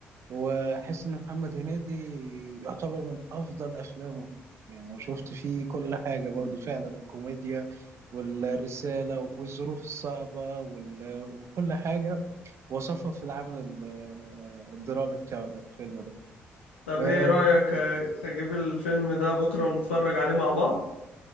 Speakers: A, on the right (about 45°); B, on the left (about 85°).
A: واحس ان محمد هنيدي يعتبر من افضل افلامه يعني أنا شفت فيه كل حاجه برضو فعلا الكوميديا والرساله والظروف الصعبه وال- وكل حاجه وصفها في العمل ال- الدرامي بتاعه ده الفيلم ده
B: طب
A: آه،
B: ايه رأيك اه، اجيب الفيلم ده بكرة ونتفرج عليه مع بعض؟